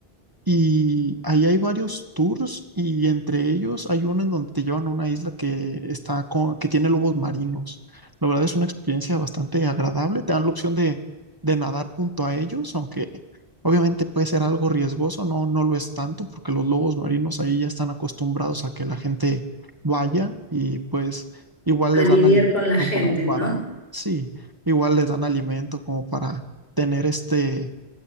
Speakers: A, on the right; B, on the left.
A: Y ahí hay varios tours y entre ellos hay uno en donde te llevan a una isla que está con, que tiene lobos marinos. La verdad es una experiencia bastante agradable. Te dan la opción de, de nadar junto a ellos, aunque obviamente puede ser algo riesgoso, no, no lo es tanto porque los lobos marinos ahí ya están acostumbrados a que la gente vaya y pues igual
B: A
A: les
B: lidiar
A: dan alimento
B: con la gente,
A: como
B: ¿no?
A: para, sí, igual les dan alimento como para tener este,